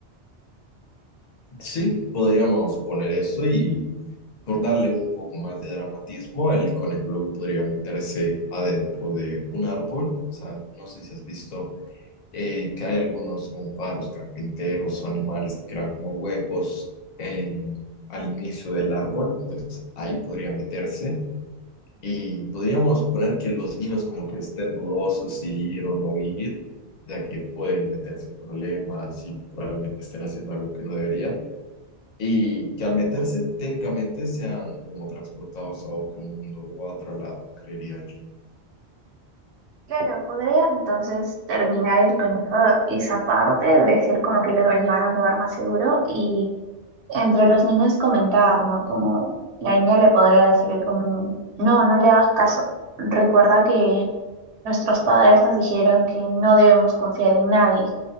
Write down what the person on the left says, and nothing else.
Sí, podríamos poner eso y por darle un poco más de dramatismo, el conejo luego podría meterse adentro de un árbol. O sea, no sé si has visto eh, que hay algunos como paros carpinteros o animales que crean como huecos en- al inicio del árbol, entonces ahí podría meterse y podríamos poner que los niños como que estén dudosos si ir o no ir, ya que pueden meterse en problemas y probablemente estén haciendo algo que no debería. Y que al meterse técnicamente sean como transportados a otro mundo o a otro lado, creería yo.